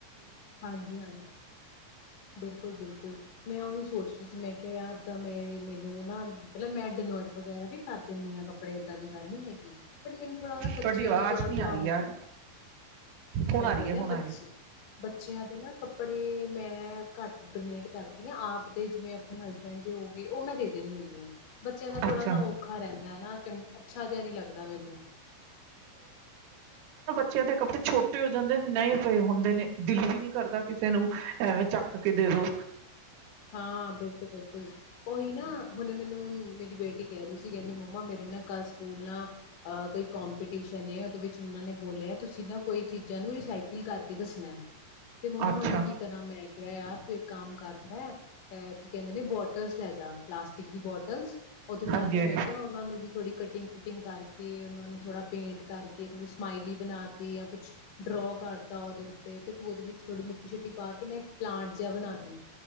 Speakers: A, on the left; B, on the right.
A: ਹਾਂਜੀ-ਹਾਂਜੀ, ਬਿਲਕੁਲ-ਬਿਲਕੁਲ, ਮੈਂ ਉਹੀ ਸੋਚ ਤੁਸੀਂ ਮੈਂ ਕਿਹਾ ਯਾ ਏਦਾਂ ਮੇਰੀ ਮੈਨੂੰ ਨਾ, ਮਤਲਬ ਮੈਂ ਡੀਨੋਇਟ ਵਗੈਰਾ ਵੀ ਕਰ ਦਿੰਣਾ ਹਾਂ ਕੱਪੜੇ, ਇੰਦਾ ਦੀ ਗੱਲ ਨਹੀ ਹੇ ਬਟ ਮੈਨੂੰ ਥੋੜਾ ਨਾ ਬੱਚਿਆਂ
B: ਤੁਹਾਡੀ ਆਵਾਜ਼
A: ਦਾ ਥੋੜਾ
B: ਨਹੀਂ
A: ਜਿਹਾ
B: ਆ ਰਹੀ
A: ਉਹ,
B: ਯਾਰ ਹੁਣ
A: ਮੈਂ
B: ਆ ਰਹੀ
A: ਬੋਲਿਆ
B: ਹੈ ਹੁਣ ਆ
A: ਬੱਚੇ
B: ਰਹੀ
A: ਬੱਚਿਆਂ ਦੇ ਨਾ ਕੱਪੜੇ ਮੈਂ ਘੱਟ ਡੋਨੇਟ ਕਰਦੀ ਹਾਂ, ਆਪ ਦੇ ਜਿਵੇਂ ਆਪਣੇ ਹਸਬੈਂਡ ਦੇ ਹੋ ਬੀ ਉਹ ਮੈਂ ਦੇ ਦੇਣੀ ਹੁੰਣੀ ਹਾਂ, ਬੱਚਿਆਂ ਦਾ ਥੋੜਾ
B: ਅੱਛਾ
A: ਨਾ ਔਖਾ ਰਹਿੰਦਾ ਹੈ ਨਾ, ਅੱਛਾ ਜਿਹਾ ਨਹੀਂ ਲੱਗਦਾ ਮੈਨੂੰ।
B: ਬੱਚਿਆ ਦੇ ਕੱਪੜੇ ਛੋਟੇ ਹੋ ਜਾਂਦੇ ਨੇ, ਨਏ ਪਏ ਹੁੰਦੇ ਨੇ, ਦਿਲ ਵੀ ਨੀ ਕਰਦਾ ਕਿਸੇ ਨੂੰ ਐਵੇਂ ਚੱਕ ਕੇ ਦੇ ਦੋ।
A: ਹਾਂ, ਬਿਲਕੁਲ-ਬਿਲਕੁਲ, ਉਹੀ ਨਾ ਹੁਣੇ ਮੈਨੂੰ ਬੇਟੀ ਕਹਿ ਰਹੀ ਸੀ, ਕਹਿੰਦੀ ਮੰਮਾ ਏ ਨਾ ਕੱਲ ਸਕੂਲ ਨਾ ਅਹ ਕੋਈ ਕੰਪੀਟੀਸ਼ਨ ਏ ਉਹਦੇ ਵਿੱਚ ਉਹ ਨੇ ਬੋਲਿਆ ਤੁਸੀਂ ਨਾ ਕੋਈ ਚੀਜ਼ਾਂ ਨੂੰ ਰੀਸਾਈਕਲ ਕਰਕੇ ਦੱਸਣਾ, ਤੇ ਮੰਮਾ
B: ਅੱਛਾ
A: ਹੁਣ ਮੈਂ ਕੀ ਕਰਾਂ ਮੈਂ ਕਿਹਾ ਯਾਰ ਤੂੰ ਇੱਕ ਕੰਮ ਕਰ ਲੈ ਕੀ ਕਹਿੰਦੇ ਨੇ ਬੋਟਲਸ ਲੈ ਜਾ ਪਲਾਸਟਿਕ ਦੀ ਬੋਟਲਸ ਉਹਦੇ ਨਾਲ
B: ਹਾਂਜੀ
A: ਵੀ
B: ਹਾਂਜੀ
A: ਮੈਂ ਕਿਹਾ ਉਹਨਾਂ ਨੂੰ ਵੀ ਥੋੜ੍ਹੀ ਕਟਿੰਗ-ਕੁਟਿੰਗ ਕਰਕੇ, ਉਹਨਾਂ ਨੂੰ ਥੋੜ੍ਹਾ ਪੇਂਟ ਕਰਕੇ ਥੋੜ੍ਹੀ ਸਮਾਈਲੀ ਬਣਾ ਜਾਂ ਕੁਛ ਡਰੋ ਕਰਤਾ ਉਹਦੇ ਉੱਤੇ ਤੇ ਤੂੰ ਉਹਦੇ ਵਿੱਚ ਥੋੜੀ ਮਿੱਟੀ ਸ਼ਿੱਟੀ ਪਾ ਕੇ ਨਾ ਪਲਾਂਟ ਜਿਹਾ ਬਣਾ ਦੀ।